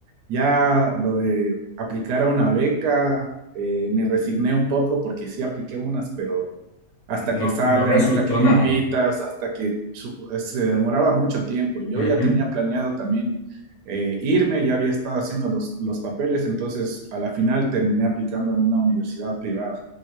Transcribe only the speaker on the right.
ya lo de aplicar a una beca, eh, me resigné un poco porque sí apliqué unas, pero hasta que
salgan,
hasta que compitas,
hasta que su- se demoraba mucho tiempo. Yo
ya tenía planeado también eh, irme, ya había estado haciendo los, los papeles, entonces a la final terminé aplicando en una universidad privada.